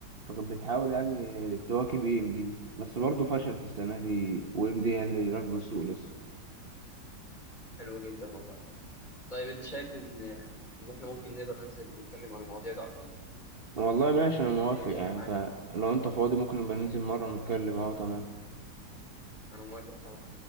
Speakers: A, on the right; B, on the left.
A: فكانت بتحاول يعني تواكب اي ام دي بس برضه فشلت السنه دي و ام دي هي اللي راكبه السوق لسه
B: حلو جدا والله طيب أنت شايف إن إن إحنا ممكن نقدر ننزل نتكلم عن المواضيع دي أكتر؟
A: والله ماشي انا موافق
B: يعني تمام
A: يعني انت
B: معاك؟
A: لو انت فاضي ممكن نبقى ننزل مره نتكلم اهو تمام
B: أنا موافق طبعا